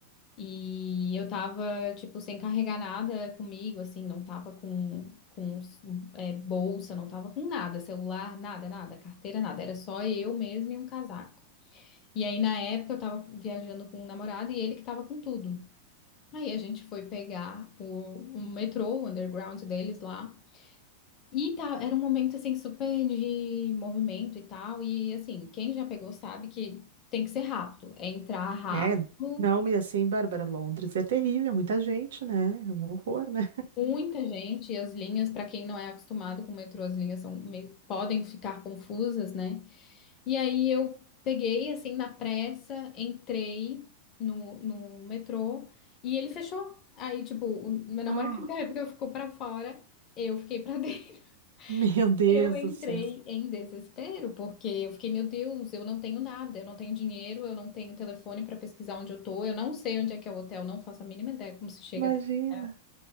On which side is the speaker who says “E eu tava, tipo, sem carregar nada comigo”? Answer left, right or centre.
Left